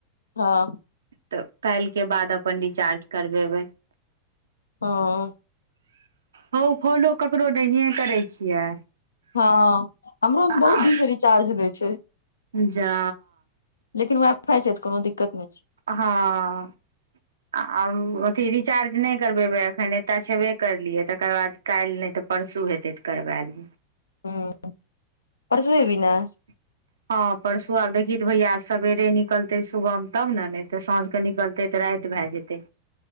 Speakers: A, on the left (about 75°); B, on the right (about 70°).
A: हँ
B: तऽ काल्हिके बाद अपन रिचार्ज करबेबै
A: हँ
B: ह फोनो ककरो नहिए करै छियै
A: हँ हमरो मे
B: आ
A: बहुत दिन से रिचार्ज नै छै
B: जा
A: लेकिन वाईफाइ छै त कोनो दिक्कत नहि छै
B: हँ आ अथी रिचार्ज नहि करबेबै अखन एतय छेबे करलियै तकर बाद काल्हि नहि तऽ परसू हेतै तऽ करबा देबै
A: ह परसू एबी ने
B: <unintelligible> हँ परसू आब देखी त भैया सवेरे निकलते सुबह तब ने ने ते साँझ के निकलते ते राति भए जेतै